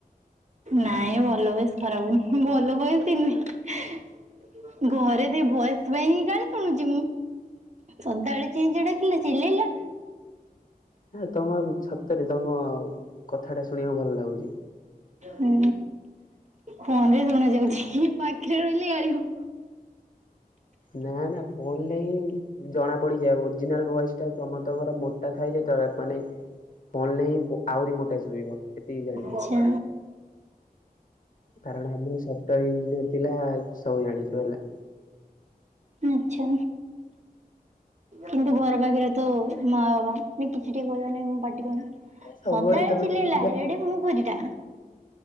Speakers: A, on the right (about 50°); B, on the left (about 60°).
A: ନାଇଁ ଭଲ ଭ‌ଏସ୍ ଖରାପ ହୁଏନି। <unintelligible> ହୁଁ ଭଲ ଭେଏସ୍ ହିଁ ନୁହେଁ। ଘରେ ବି ଭ‌ଏସ୍ ପାଇଁଁ ଗାଳି ଶୁଣୁଚି ମୁଁ। ସନ୍ଧ୍ୟା ବେଳେ <unintelligible> ଚେଁ ଚେଁ ଡାକିଲା ଚିଲେଇଲା।
B: ହେ ତମ ସତରେ ତମ କଥାଟା ଶୁଣିବାକୁ ଭଲ ଲାଗୁଚି।
A: ହୁଁ ଫୋନରେ ଶୁଣା ଯାଉଛି। ପାଖରେ ରହିଲେ ଗାଳିବ।
B: ନାଁ ନାଁ ଫୋନରେ ହିଁ ଜଣା ପଡିଯାଉ ଓରିଜିନାଲ ଭଏସଟା ସମସ୍ତଙ୍କର ମୋଟା ଥାଏ ଯେତେବେଳେ ମାନେ ଫୋନରେ ହିଁ ବୋ ଆହୁରି ମୋଟା ଶୁବିବ ଏତିକି ଜାଣିଥା।
A: ଆଚ୍ଛା।
B: କାରଣ ଆମେ ସଫ୍ଟୱାର ଇଞ୍ଜିନିୟର ପିଲା ସବୁ ଜାଣିଚୁ ହେଲା।
A: ଆଚ୍ଛା କିନ୍ତୁ ଘର ପାଖରେ ତ ମା ବାବା ଟିକେ ଟିକେ କହିବେନି <unintelligible> ମୁଁ ପାଟି କରନା।
B: ସବୁବେଳେ
A: ସଦାବେଳେ
B: ତମେ
A: ଚିଲେଇଲା
B: ଯଦି
A: ଏଡେ ବଡ ପାଟି ଟା।